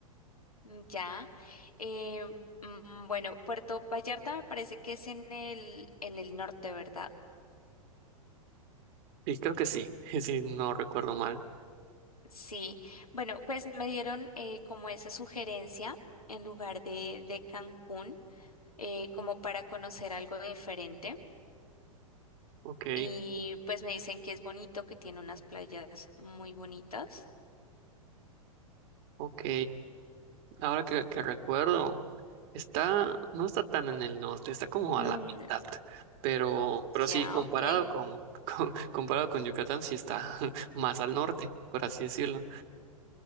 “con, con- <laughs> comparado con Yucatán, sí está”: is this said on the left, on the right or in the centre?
Right